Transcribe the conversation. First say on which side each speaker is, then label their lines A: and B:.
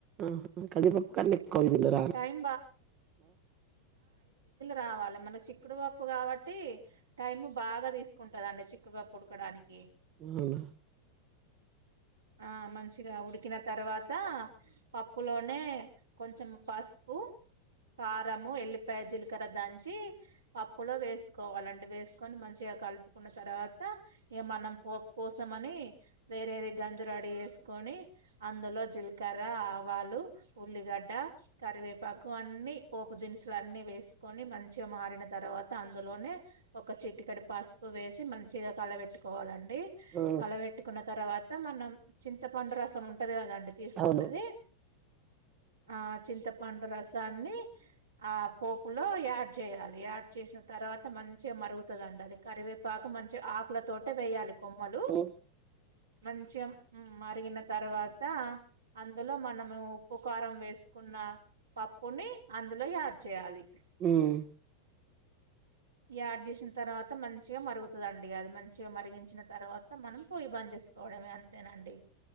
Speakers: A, on the right; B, on the right.
A: ఆ కదిీప కలికో ఇదిన్న రామ్
B: టైం రావాలి మనకి చిక్కుడుపప్పు కాబట్టి టైము బాగా తీసుకుంటదండి చిక్కుడుపప్పు ఉడకడానికి
A: అవునా
B: ఆ మంచిగా ఉడి ఉకిన తర్వాత పప్పులోనే కొంచెం పసుపు కారంము ఎల్లిపాయ జీలకర్ర దంచి పప్పులో వేసుకోవాలి అండి వేసుకొని మంచిగా కలుపుకున్న తర్వాత ఇక మనం పోపు కోసమని వేరేది గంజ రడి చేేసుకొని అందులో జీలకర్ర ఆవాలు ఉల్లిగడ్డ కరివేపాకు అన్నీ పోపు దినుసులు అన్నీ వేసుకొని మంచిగా మారిన తర్వాత అందులోనే ఒక చిట్టికడి పసుపు వేసి మంచిగా కలబెట్టుకోవాలండి అ
A: ఆ
B: కలబెట్టుకున్న తర్వాత మనం చింత పండు రసం ఉంట టది కథ అడ తీసుకున్నది
A: అవును
B: ఆ చింతపండు రసాన్ని ఆ పోపులో యాడ్ చేయాలి యాడ్ చేసిన తర్వాత మంచిగా మరుగుతుందండి అది కరివేపాకు మంచిగా ఆకుల తోటే వేయ్యాలి కొమలు
A: ఉమ్
B: మంచిగా మరిగిన తర్వాత అందులో మనము ఉప్పు కారం వేసుకున్న పప్పుని అందులో యాడ్ చేయాలి
A: ఉమ్,
B: యాడ్ చేసిన తర్వాత మంచిగా మరుగుతుందిండి అది మంచిగా మరిగించిన తర్వాత మనం పొ్యి బంద్ చేసుకోవడమే అంతేనండి